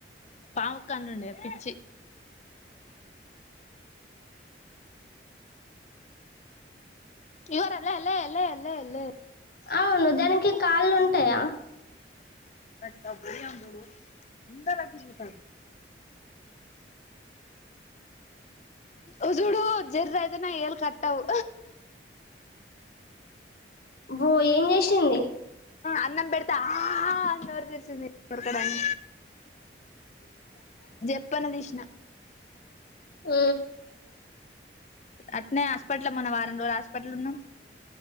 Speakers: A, on the left; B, on the left.
A: పాముకు కండ్లున్నయా పిచ్చి ఇవర లే లే లే లే లే
B: అవును దానికి కాళ్ళుంటాయా
A: క్క బుడిందు ఇలకుత ఉ జూడు జర్ ఐతే నా ఏలు కట్టౌవ్
B: ఓ ఏం చేసింది
A: అన్నం బెడితే ఆ అని నోరు తెరి చింతి కొరకడాన్ జప్పన దీష్నా
B: ఊ
A: అట్నే యాస్ ప్పట్లో మొన్న వారం రోజులాస్ ప్పట్లున్ను